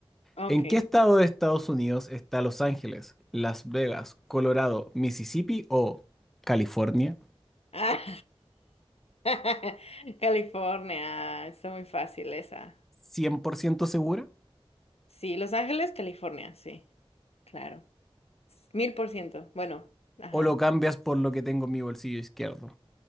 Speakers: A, on the left; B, in the centre.
A: Ok.
B: ¿En qué estado de Estados Unidos está Los Ángeles, Las Vegas, Colorado, Mississippi o California?
A: Ah, <laughs> California, está muy fácil esa.
B: Cien por ciento segura?
A: Sí, Los Ángeles, California, sí, claro. Mil por ciento, bueno, ajá.
B: ¿O lo cambias por lo que tengo en mi bolsillo izquierdo?